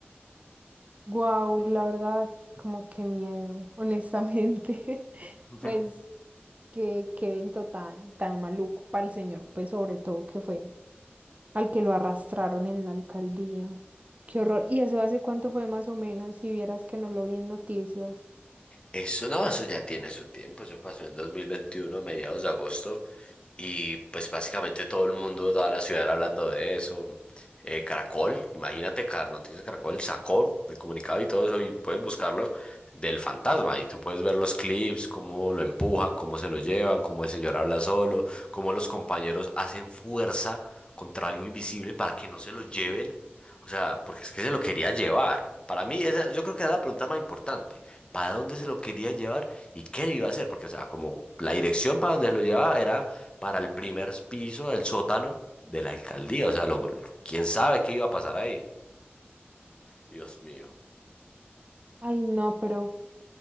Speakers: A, on the right; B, on the left.
A: Wow, la verdad, como que miedo, honestamente. <laughs>
B: Ujú.
A: Pues. Qué, qué evento tan, tan maluco para el señor, pues sobre todo que fue al que lo arrastraron en la alcaldía. Qué horror. ¿Y eso hace cuánto fue más o menos? Si vieras que no lo vi en noticias.
B: Eso no, eso ya tiene su tiempo, eso pasó en 2021 a mediados de agosto. Y pues básicamente todo el mundo de toda la ciudad era hablando de eso. Eh, Caracol, imagínate, Ca- Noticias Caracol sacó el comunicado y todo eso y puedes buscarlo del fantasma y tú puedes ver los clips, cómo lo empujan, cómo se lo llevan, cómo el señor habla solo, cómo los compañeros hacen fuerza contra algo invisible para que no se lo lleven. O sea, porque es que se lo quería llevar. Para mí, esa, yo creo que era la pregunta más importante. ¿Para dónde se lo quería llevar y qué le iba a hacer? Porque, o sea, como la dirección para donde se lo llevaba era para el primer piso del sótano de la alcaldía. O sea, lo- quién sabe qué iba a pasar ahí. Dios mío.
A: Ay, no, pero,